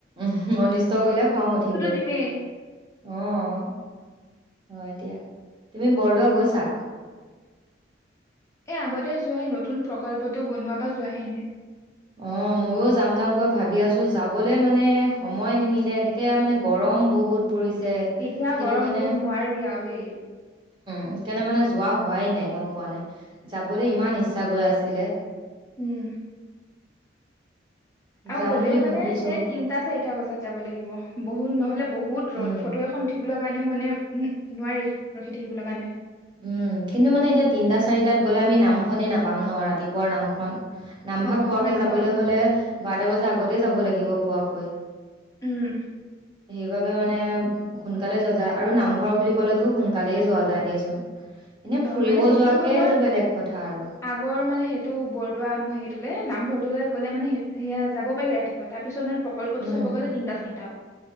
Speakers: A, on the right; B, on the left.
A: উমহ অনিষ্ট কৰিলে খং উঠিব
B: দিমেই।
A: দিয়া অহ হয় দিয়া তুমি বৰদোৱা গৈছা
B: এই আগতে যোৱাই নতুন প্ৰকল্পটো বনোৱাৰ পৰা যোৱাহে নাই
A: অ ময়ো যাম যাম গৈ ভাবি আছো যাবলৈ মানে সময় নিমিলে কেতিয়া মানে গৰম বহুত পৰিছে
B: এতিয়া
A: সেইটো
B: গৰম
A: কাৰণে
B: বহুত নোৱাৰি আৰু দেই
A: সেইকাৰণেই মানে যোৱা হোৱাই নাই গম পোৱা নে যাবলৈ ইমান ইচ্ছা গৈ আছিলে
B: উম আৰু
A: যাম
B: গ'লেও
A: বুলি
B: মানে
A: ভাবিছো।
B: সেই তিনটা চাৰিটা বজাত যাব লাগিব বহুত নহলে বহুত বহুত
A: উম,
B: ৰদ ফটো এখন উঠিবলৈ কাৰণে কাৰণেও মানে উম নোৱাৰি ৰখি থাকিবলৈ কাৰণে
A: উম কিন্তু মানে এতিয়া তিনটা চাৰিটাত গলে আমি নামখনেই নাপাম ন ৰাতিপুৱাৰ নামখন নামভাগ
B: অ
A: পোৱাকে
B: সেইখন নাপাম
A: যাবলৈ হলে বাৰটা বজা আগত তে যাব লাগিব পোৱাকৈ
B: উম
A: সেইবাবে মানে সোনকালে যোৱা যায় আৰু নামঘৰ বুলি ক'লেতো সোনকালেই যোৱা যায় দিয়াচোন এনে
B: অ
A: ফুৰিব
B: মানে সেইখিনি
A: যোৱাকে
B: সময়ত
A: সেইটো বেলেগ কথা আৰু।
B: আগৰ মানে সেইটো বৰদোৱা হেৰিটোলে নামঘৰ লৈ গ'লে মানে সেয়া যাব পাৰি ৰাতিপুৱা তাৰ পিছত মানে প্ৰকল্পতো
A: উম,
B: চাব গ'লে তিনিটা চাৰিটা আৰু